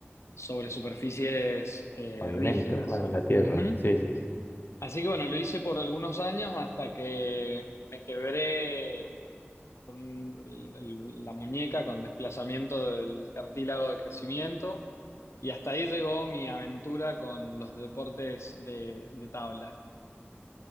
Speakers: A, on the left; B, on the left.
A: sobre superficies eh,
B: pavimento
A: rígidas.
B: para la tierra,
A: Ujú.
B: sí, sí, sí.
A: Así que bueno, lo hice por algunos años hasta que me quebré con un- el- la muñeca con desplazamiento del cartílago de crecimiento y hasta ahí llegó mi aventura con los deportes de, de tabla.